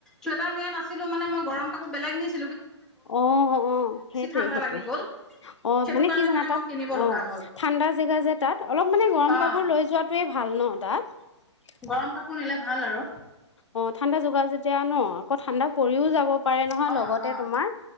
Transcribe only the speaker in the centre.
চুৱেটাৰ নিয়া নাছিলো মানে মই গধ গৰম কাপোৰ বেলেগ নিছ
ঠাণ্ডা লাগি গ'ল
সেইটো
কাৰণে
মই
কিনিব লগা
হ'ল
অ
গৰম কাপোৰ নিলে ভাল আৰু।
অ,
অ,
অ,